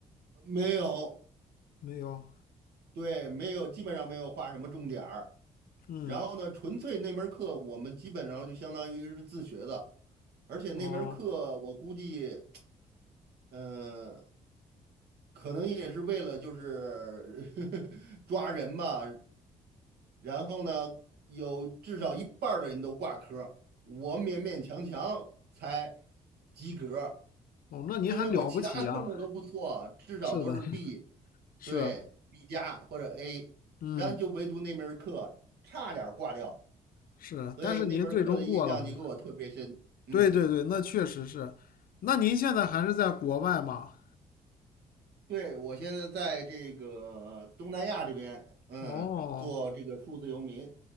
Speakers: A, on the right; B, on the left.
A: 没有，
B: 没有，
A: 对，没有，基本上没有画什么重点儿。
B: 嗯，
A: 然后呢，纯粹那门课我们基本上就相当于是自学的，而且那门课我估计。
B: 哦，
A: 嗯，可能也是为了就是 <laughs> 抓人吧，然后呢，有至少一半儿的人都挂科我勉勉强强才及格
B: 哦，那您还了不起呀、
A: 因为我其他科目都不错，至少都是
B: 是的，
A: B，
B: 是啊，
A: 对，B 加或者 A，
B: 嗯，
A: 然后就唯独那门儿课差点儿挂掉，
B: 是啊，
A: 所以那门儿课的印象就给我特别深，
B: 但是您最终过了吗
A: 嗯。
B: 对对对，那确实是。那您现在还是在国外吗？
A: 对，我现在在这个东南亚这边，嗯，
B: 哦
A: 做这个数字游民。